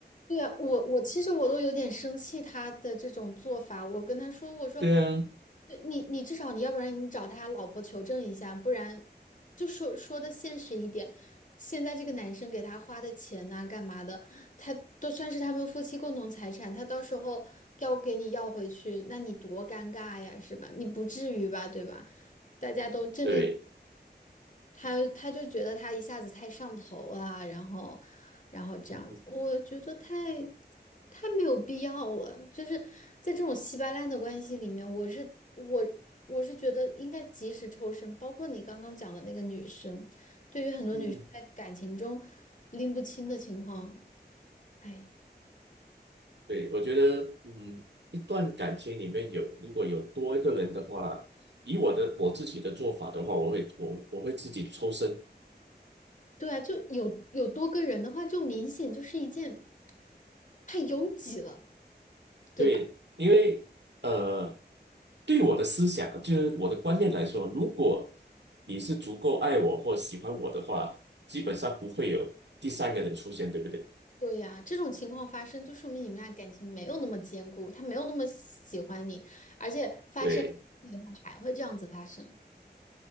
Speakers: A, on the left; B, on the right.
A: 对啊，我我其实我都有点生气他的这种做法。我跟他说，我说，
B: <laughs> 对啊，
A: 呃你你至少你要不然你找他老婆求证一下，不然就说说的现实一点。现在这个男生给他花的钱呐、干嘛的，他都算是他们夫妻共同财产，他到时候要给你要回去，那你多尴尬呀，是吧？你不至于吧，对吧？大家都正正。
B: 对，
A: 他他就觉得他一下子太上头了，然后，然后这样子，
B: 嗯
A: 我觉得太太没有必要了。就是在这种稀巴烂的关系里面，我是我我是觉得应该及时抽身。包括你刚刚讲的那个女生，对于很多女生在感情中拎不清的情况，
B: 嗯。
A: 哎，
B: 对，我觉得，嗯，一段感情里面有如果有多一个人的话，以我的我自己的做法的话，我会我我会自己抽身。
A: 对啊，就有有多个人的话，就明显就是一件太拥挤了，对吧？
B: 对，因为呃，对我的思想就是我的观念来说，如果你是足够爱我或喜欢我的话，基本上不会有第三个人出现，对不对？
A: 对呀，这种情况发生，就说明你们俩感情没有那么坚固，他没有那么喜欢你，而且发生以后还会这样子发生。
B: 对。